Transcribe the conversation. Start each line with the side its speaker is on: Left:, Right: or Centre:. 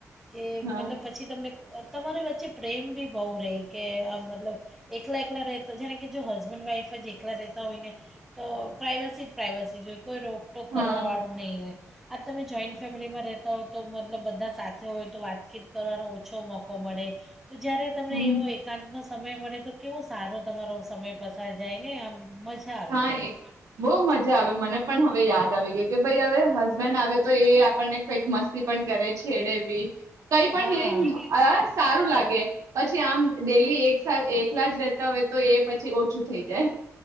Centre: કે
Right: હા
Centre: મતનલબ પછી તમને તમારી વચ્ચે પ્રેમ બી બહુ રહે કે આ મતલબ એકલા એકલા રહેતા જેણે કે જો હસબન્ડ વાઇફ જ એકલા રહેતા હોય ને તો પ્રાઇવસી જ પ્રાઇવસી <unintelligible> કોઈ રોકટોક
Right: હા
Centre: કરવા વાળું નહીં હોય. આ તમે જોઈન્ટ ફેમિલીમાં રહેતા હો તો મતલબ બધા સાથે હોય તો વાતચીત કરવાનો ઓછો મોકો મળે. તો જયારે તમને
Right: હમ
Centre: એવો એકાંત નો સમય મળે તો કેવો સારો તમારો સમય પસાર જાય ને આમ મજા આવી
Right: હા
Centre: જાય
Right: એ‌બો મજા આવે મને પણ હવે યાદ આવી ગઈ કે ભઈ હવે હસબેન્ડ આવે તો એ આપણને કઈક મસ્તી પણ કરે છેડે બી કઈ પણ
Centre: હા
Right: ન સારું લાગે પછી આમ ડેલી એક એકલા જ રહેતા હોય તો એ પછી ઓછું થઈ જાય.